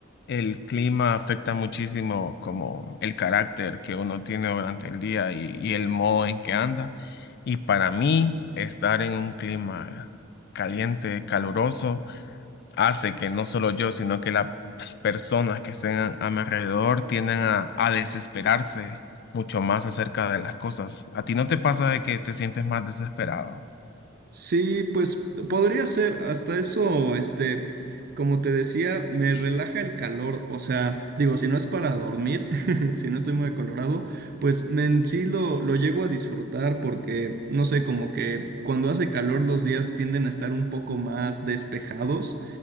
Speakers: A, on the left; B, on the right.
A: el clima afecta muchísimo como el carácter que uno tiene durante el día y, y el modo en que anda. Y para mí, estar en un clima caliente, caluroso, hace que no solo yo, sino que las personas que estén a, a mi alrededor tienden a, a desesperarse mucho más acerca de las cosas. ¿A ti no te pasa de que te sientes más desesperado?
B: Sí, pues podría ser, hasta eso, este, como te decía, me relaja el calor, o sea, digo, si no es para dormir, <laughs> si no estoy muy acolorado, pues me- en sí lo, lo llego a disfrutar porque, no sé, como que cuando hace calor los días tienden a estar un poco más despejados